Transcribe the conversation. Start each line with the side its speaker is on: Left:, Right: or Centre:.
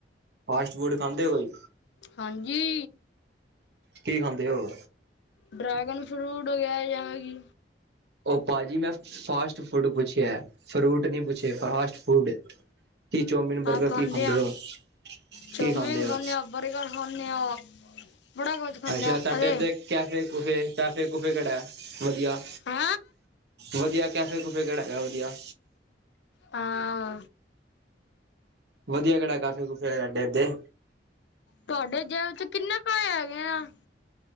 Right: ਫਾਸਟ- ਫੂਡ ਖਾਂਦੇ ਕੋਈ
Left: ਹਾਂਜੀ
Right: ਕੀ ਖਾਂਦੇ ਹੋ।
Left: ਡਰੈਗਨ -ਫਰੂਟ ਵਗਰਾ ਜਾ ਹੋਰ ਕੀ
Right: ਉਹ ਭਾਜੀ। ਮੈਂ ਫਾਸਟ-ਫੂਡ ਪੁੱਛਿਆ ਫਰੂਟ ਨ ਪੁੱਛਿਆ। ਫਾਸਟ ਫੂਡ ਕੀ ਚੋਮਿਨ, ਬਰਗਰ
Left: ਆਹ
Right: ਕੀ ਖਾਂਦੇ
Left: ਆ
Right: ਹੋ,
Left: ਚੌਮਿਨ
Right: ਕੀ ਖਾਂਦੇ ਹੋ?
Left: ਆ ਬਰਗਰ ਖਾਂਦੇ ਆ। ਬੜਾ ਕੁਝ ਖਾਂਦੇ
Right: ਅੱਛਾ।
Left: ਆ
Right: ਤਾਡੇ
Left: ਉਹਦੇ
Right: ਇੱੱਥੂ ਕੈਫੇ- ਕੁਫੇ -ਕੈਫੇ- ਕੁਫੇ ਕਿਹੜਾ ਵਧੀਆ।
Left: ਹੈਂ
Right: ਵਧੀਆ ਕੈਫੇ- ਕੂਫੇ ਕਿਹੜਾ ਹੈਗਾ ਵਧੀਆ।
Left: ਹਾਂ।
Right: ਵਧੀਆ ਕਿਹੜਾ ਕਾਫੇ-ਕੁਫੈ ਤਾਡੇ ਇੱਥੇ?
Left: ਤੁਹਾਡੇ ਜੇਬ ਚ ਕਿੰਨੇ ਕੁਏ ਹੈਗੇ ਆ।